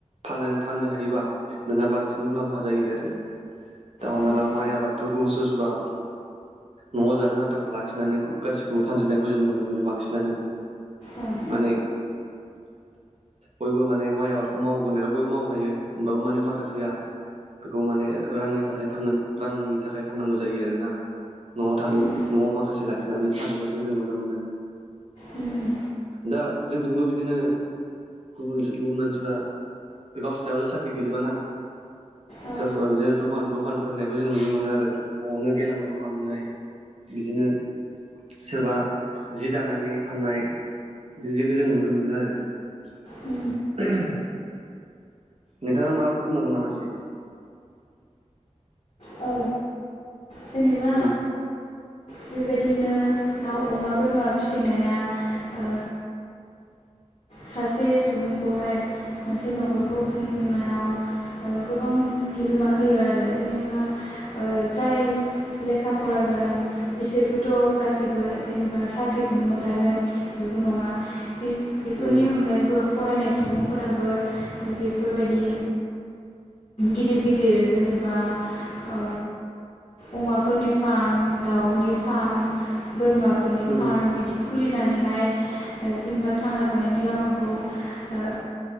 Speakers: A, on the right; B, on the left.
A: फाननानै फाननो हायोबा नोंहा बांसिन मुलाम्फा जायो आरो दा हमना
B: ओं
A: ला माइ आबादफोरखौबो सोरबा सोरबा न'आव जानो आान्थाखौ लाखिनानै गासिखौबो फानजोबनायखौ जों नुनो मोनो बांसिनानो
B: ओं
A: माने बयबो माने माइ आबादखौ मावग्रोनाय ' बयबो मावखायो होमबाबो माने माखासेया बेखौ माने रांनि थाखाय फाननो रांनि थाखाय फाननांगौ जायो आरो ना न'आव थाल
B: उम
A: न'आव माखासे लाखिनानै फानजोबनायखौ जों नुनो मोनो।
B: उम
A: दा जोंथिंबो बिदिनो गुबुन गुबुन मानसिफ्रा गावसोरनायाबल' साख्रि गैजोबाना
B: औ
A: सोरबा सोरबा बिदिनो दखान दखान फोर होनायखौ जों नुनो मोनो आरो न'आवनो गेलामा दखान होनाय बिदिनो सोरबा जि दानानै फाननाय बिदि जखौ जों नुनो मोनो आरो <unintelligible>
B: उम
A: नोंथाङा माबाफोर मावबगोन नामा एसे
B: औ जेनेबा।
A: उम
B: बेबायदिनो दाउ अमा बोरमा फिसिनाया ओ सासे सुबुंखौहाय मोनसे नखरखौ खुंफुंनायाव ओ गोबां बिहोमा होयो आरो जेनेबा ओ जाय लेखा फरा गोरों बिसोरबोथ' गासैबो जेनेबा साख्रिखौनो मोनथारगोन बेबो नंङा बे बेफोरनि
A: उम
B: अनगायैबो फरायनाय सुबुंफोराबो ओ बेफोरबायदि गिदिर गिदिर जेनेबा ओ अमाफोरनि फार्म दाउनि फार्म बोरमा फोरनि
A: उम
B: फार्म बिदि खुलिनानैहाय जेनेबा थांना थानायनि लामाखौ ओ